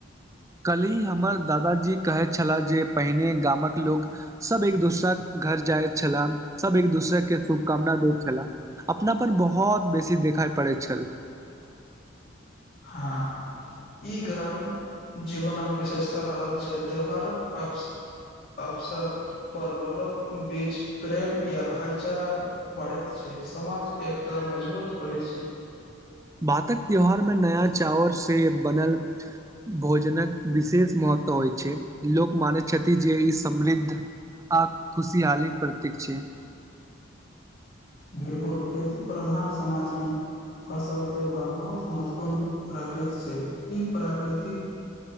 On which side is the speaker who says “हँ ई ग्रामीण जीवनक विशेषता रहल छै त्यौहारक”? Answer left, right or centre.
Left